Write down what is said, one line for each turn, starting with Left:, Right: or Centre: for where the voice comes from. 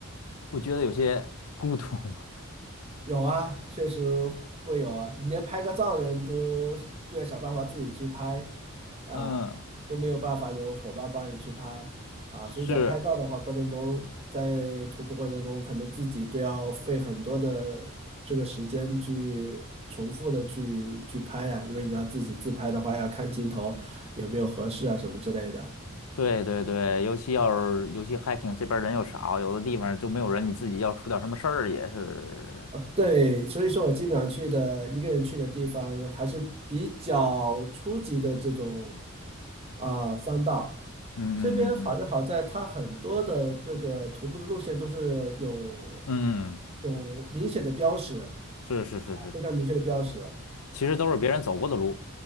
Left: 不觉得有些孤独吗？
Right: 有啊，确实会有啊，你连拍个照人都都要想办法自己去拍啊，
Left: <laughs> 嗯，
Right: 都没有办法有伙伴帮你去拍啊，
Left: 是，
Right: 所以在拍照的话过程中，在徒步过程中，可能自己都要费很多的这个时间去重复的去去拍呀、因为你要自己自拍的话，要看镜头有没有合适啊什么之类的。
Left: 对对对，尤其要是尤其 hiking 这边儿人又少，有的地方就没有人，你自己要出点什么事儿也是，
Right: 对，所以说我基本上去的一个人去的地方还是比较初级的这种啊、山道。
Left: 嗯嗯嗯嗯
Right: 这边好就好在它很多的这个徒步的路线都是有
Left: 嗯嗯，嗯嗯
Right: 有明显的标识啊，
Left: 是是是是。
Right: 非常明确的标识。啊。
Left: 其实都是别人走过的路。